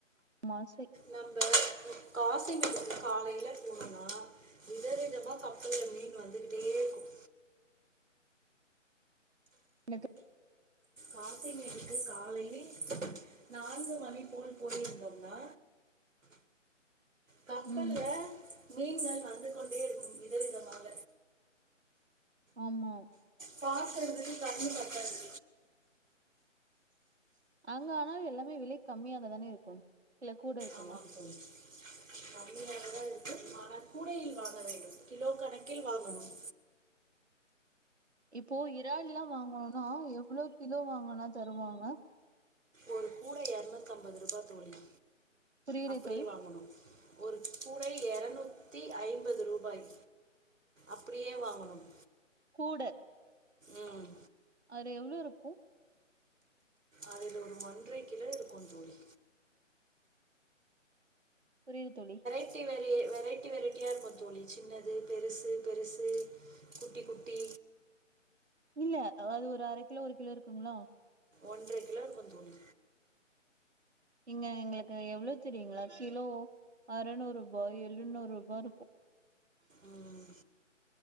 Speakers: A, on the right; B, on the right.
A: ஆசை
B: நம்ப போவோ காசிமேடுக்கு காலையில போணுன்னா விதவிதமா கப்பல்ல மீன் வந்துட்டே இருக்கும்
A: என்ன தோ
B: காசிமேடுக்கு காலையில் நான்கு மணி போல் போயிருந்தோம்னா கப்பல்ல
A: ம்
B: மீன்கள் வந்து கொண்டே இருக்கும் விதவிதமாக
A: ஆமாம்
B: பாக்கறதுக்கு கண்ணு பத்தாது
A: அங்க ஆனாலு எல்லாமே விலை கம்மியாக தானே இருக்கும் இல்ல கூட இருக்குமா
B: ஆமாம் தோழி கம்மியாகதா இருக்கு ஆனால் கூடையில் வாங்க வேண்டும் கிலோ கணக்கில் வாங்கணும்
A: இப்போ இறால்லா வாங்கணும்னா எவ்ளோ கிலோ வாங்குனா தருவாங்க
B: ஒரு கூட இரநூத்தம்பது ரூபா தோழி
A: புரியுதா
B: அப்படியே
A: தோழி
B: வாங்கனு ஒரு கூடை இரநூத்தி ஐம்பது ரூபாய் அப்படியே வாங்கணும்
A: கூட
B: ம்
A: அது எவ்ளோ இருக்கு
B: அதுல ஒரு ஒன்றரை கிலோ இருக்கு தோழி
A: புரியுது தோழி
B: வெரைட்டி வெரியே வெரைட்டி வெரைட்டியா இருக்கும் தோழி சின்னது பெருசு பெருசு குட்டி குட்டி
A: இல்ல அது ஒரு அரக் கிலோ ஒரு கிலோ இருக்குங்களா
B: ஒன்றரை கிலோ இருக்கும் தோழி
A: இங்க எங்களுக்கு எவ்ளவு தெரியுங்களா கிலோ அறநூறு ரூபா எழுநூறு ரூபா இருக்கு
B: ம்